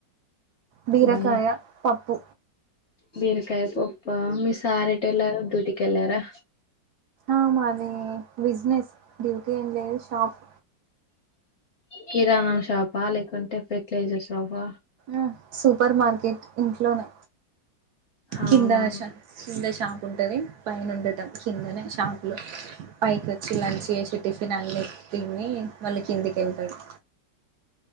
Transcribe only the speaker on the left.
భయ్యా
బీరకాయ పప్పా మీ సార్ ఏటేళ్లారు డ్యూటీకి వెళ్ళారా
కిరాణా షాప్ లేకుంటే fertiliser shop
అవునా